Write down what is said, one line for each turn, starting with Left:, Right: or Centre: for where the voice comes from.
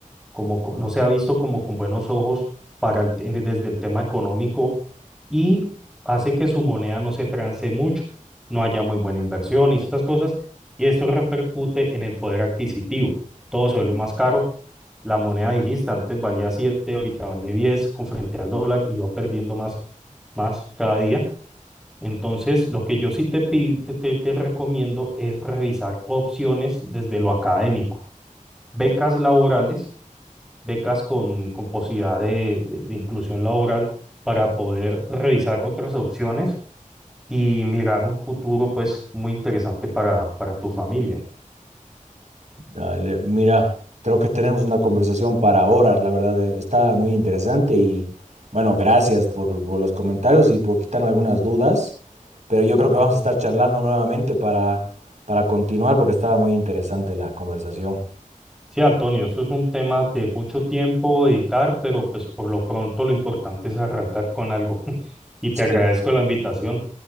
Centre: como co- no se ha visto como con buenos ojos para el te- desde el tema económico y hace que su moneda no se transe mucho, no haya muy buena inversión y estas cosas, y esto repercute en el poder adquisitivo. Todo se vuelve más caro. La moneda, dijiste, antes valía siete ahorita vale 10 con frente al dólar y va perdiendo más, más cada día. Entonces, lo que yo sí te, pi- te, te te recomiendo es revisar opciones desde lo académico, becas laborales becas con, con posibilidad de, de- de inclusión laboral para poder revisar otras opciones y mirar un futuro pues muy interesante para, para tu familia.
Right: Dale, mira, creo que tenemos una conversación para horas, la verdad, eh, está muy interesante y bueno, gracias por, por los comentarios y por quitarme algunas dudas, pero yo creo que vamos a estar charlando nuevamente para, para continuar porque estaba muy interesante la conversación.
Centre: Sí, Antonio, eso es un tema de mucho tiempo dedicar, pero pues por lo pronto lo importante es arrancar con algo. <laughs> Y te
Right: Sí.
Centre: agradezco la invitación.